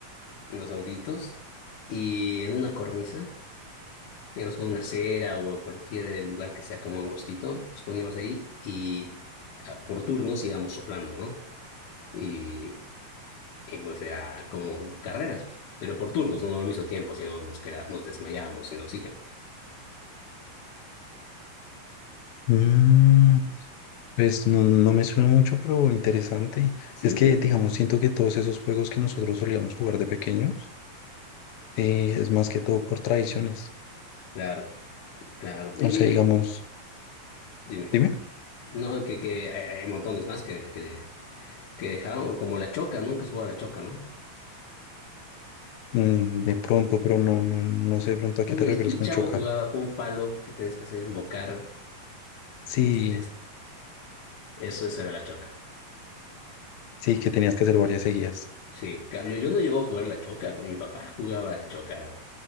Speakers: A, on the left; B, on the left.
A: los autitos, y en una cornisa. digamos, con una acera o cualquier lugar que sea como angostito, nos poníamos ahí y ah, por turnos íbamos soplando, ¿no? Y, y, pues era como carreras, pero por turnos, no no al mismo tiempo, sino nos queda, nos desmayábamos sin oxígeno.
B: mm, pues no, no me suena mucho, pero interesante.
A: Sí,
B: Es que,
A: pero
B: digamos, siento que todos esos juegos que nosotros solíamos jugar de pequeños, eh, es más que todo por tradiciones.
A: claro, claro. Oye,
B: O sea,
A: oye,
B: digamos,
A: dime,
B: dime,
A: no, que, que hay, hay montones más que, que, que dejaron, como la choca, nunca jugaba la choca, ¿no?
B: mm, de pronto, pero no, no, no sé de pronto a
A: Y
B: qué te
A: el,
B: refieres
A: el
B: con
A: chavo
B: choca.
A: jugaba con un palo que tenías que hacer embocar,
B: Sí,
A: que es- es- eso, eso era la choca.
B: sí, que tenías que hacer varias seguidas.
A: Sí, claro, yo, yo no llego a jugar la choca, güey. mi papá jugaba la choca